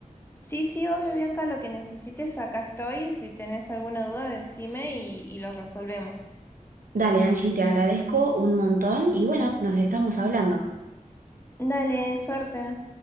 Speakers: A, on the left (about 15°); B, on the right (about 80°).
A: Sí, sí, obvio, Bianca, lo que necesites, acá estoy. Si tenés alguna duda, decime y, y lo resolvemos.
B: Dale, Angie, te agradezco un montón y bueno, nos estamos hablando.
A: Dale, suerte.